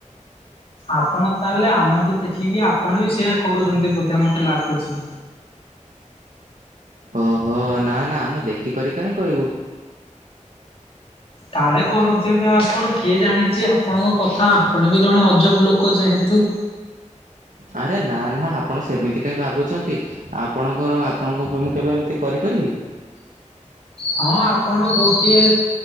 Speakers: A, on the left; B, on the right.
A: ଆପଣ ତାହେଲେ ଆମଠୁ ଦେଖିକି ଆପଣ ବି ସେୟ କରୁଛନ୍ତି ବୋଧେ ମତେ ଲାଗୁଛି।
B: ଓହୋ! ନା ନା ଆମେ ଦେଖିକରି କାହିଁ କହିବୁ?
A: କାଳେ କରୁଥିବେ, ଆପଣ କିଏ ଜାଣିଛି ଆପଣଙ୍କ କଥା ଆପଣ ବି ଜଣେ ଅଜବ ଲୋକ ଯେହେତୁ।
B: ଆରେ ନା ନା ଆପଣ ସେମିତି କାଇଁ ଭାବୁଛନ୍ତି ଆ ପଣଙ୍କର ଆପଣଙ୍କ ଉପରେ ମୁଁ କେବେ ଏମିତି କରିପାରିବି?
A: ହଁ, ଆପଣ ଗୋଟିଏ